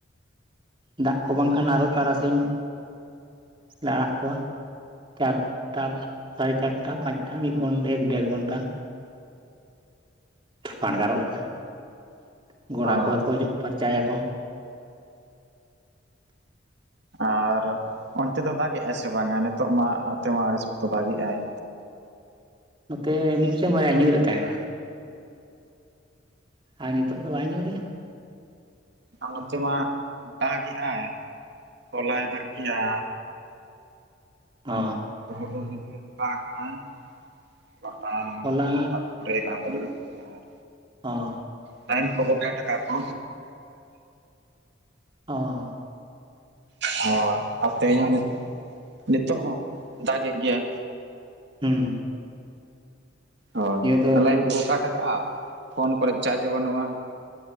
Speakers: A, on the right (about 25°); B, on the right (about 60°).
A: ᱫᱟᱜ ᱠᱚ ᱵᱟᱝᱠᱷᱟᱱ ᱟᱨᱚ ᱛᱟᱨᱟᱥᱤᱧ ᱞᱮ ᱟᱲᱟᱜ ᱠᱚᱣᱟ ᱪᱟᱨᱴᱟ ᱥᱟᱲᱮ ᱪᱟᱨᱴᱟ ᱯᱟᱪᱴᱟ ᱢᱤᱫ ᱜᱷᱚᱱᱴᱟ ᱮᱠᱰᱮᱲ ᱜᱷᱚᱱᱴᱟ ᱯᱷᱟᱸᱰᱽᱜᱟᱨᱚᱜ ᱞᱮᱠᱟ ᱾ ᱜᱚᱲᱟ
B: ᱦᱳᱭ
A: ᱠᱚᱨᱮ ᱠᱚ ᱡᱚᱜ ᱯᱷᱟᱨᱪᱟᱭᱟᱠᱚ
B: ᱟᱨ ᱚᱱᱛᱮ ᱫᱚ ᱫᱟᱜᱮᱫᱟᱭ ᱥᱮ ᱵᱟᱝᱟ ᱱᱤᱛᱚᱜ ᱢᱟ ᱱᱚᱛᱮ ᱢᱟ ᱟᱹᱰᱤ ᱥᱚᱠᱛᱚ ᱫᱟᱜᱮᱜ-ᱟᱭ
A: ᱱᱚᱛᱮ ᱢᱤᱫᱴᱮᱱ ᱵᱟᱨᱭᱟᱭ ᱧᱩᱨᱮᱫ ᱛᱟᱦᱮᱱᱟ ᱟᱨ ᱱᱤᱛᱚᱜ ᱫᱚ ᱵᱟᱭ ᱧᱩᱨᱮᱜᱼᱟ ᱾
B: ᱟᱨ ᱱᱚᱛᱮ ᱢᱟ ᱫᱟᱜᱮᱫᱟᱭ ᱦᱚᱞᱟᱭ ᱫᱟᱜ ᱠᱮᱜᱼᱟ
A: ᱚᱻ
B: ᱦᱩᱰᱩᱨ ᱵᱤᱢᱞᱤ ᱫᱚ ᱫᱟᱜᱟᱜ ᱟᱭ ᱯᱟᱛᱟ ᱱᱚᱣᱟ
A: ᱦᱚᱞᱟ
B: ᱠᱚᱨᱮ ᱫᱟᱜ ᱠᱚ ᱯᱮᱨᱮᱡ ᱠᱟᱱᱟ ᱛᱟᱞᱮᱭᱟ ᱟᱨ
A: ᱚᱻ
B: ᱛᱟᱦᱮᱱ ᱠᱚᱠᱚ ᱵᱮᱴ ᱠᱚᱜᱼᱟ ᱠᱚ
A: ᱚᱻ
B: ᱦᱚᱭ ᱟᱨ ᱛᱮᱦᱮᱧ ᱦᱚ ᱱᱤᱛᱚᱜ ᱦᱚ ᱫᱟᱜᱮᱫ ᱜᱮᱭᱟᱭ
A: ᱦᱩᱸ ᱦᱩᱸ
B: ᱦᱚᱭ
A: ᱫᱚ
B: ᱟᱨ ᱞᱟᱭᱤᱱ ᱠᱚᱠᱚ ᱠᱟᱴ ᱠᱟᱜᱼᱟ ᱾ ᱯᱷᱳᱱ ᱠᱚᱨᱮ ᱪᱟᱨᱡᱽ ᱦᱚ ᱵᱟᱹᱱᱩᱜᱼᱟ᱾